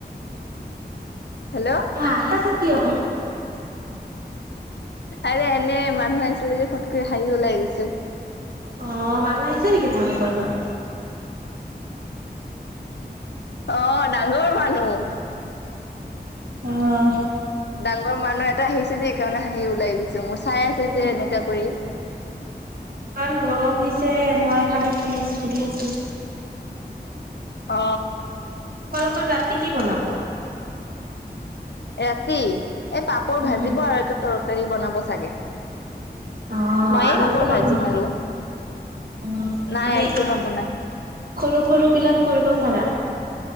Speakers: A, on the left (about 85°); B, on the right (about 60°).
A: হেল্ল',
B: হাঁহি আছা কিয়?
A: আৰে এনে মানুহ আহিছিলে যে পত কৈ হাঁহি ওলাই গৈছে
B: অ মানুহ আহিছে নেকি তোমালোকৰ ঘৰত?
A: অ ডাঙৰ মানুহ
B: আহ
A: ডাঙৰ মানুহ এটা আহিছে যে সেইকাৰণে হাঁহি‌ ওলাই গৈছে মোৰ চাই আছো
B: অ
A: যে এনেকা কৰি
B: ইমান গৰম দিছে মই খালি ফ্ৰিজ খুলি আছো।
A: অ
B: তোমালোকৰ ৰাতি কি বনাব?
A: ৰাতি এ পাপৰ
B: উম
A: ভাজিব আৰু একো তৰকাৰী বনাব চাগে,
B: অ
A: ময়ে
B: আৰু
A: পাপৰ
B: একো নবনাই
A: ভাজিম আৰু
B: অ
A: নাই
B: মানে
A: একো নবনাই
B: সৰু সৰু বিলাক কৰিব পাৰা,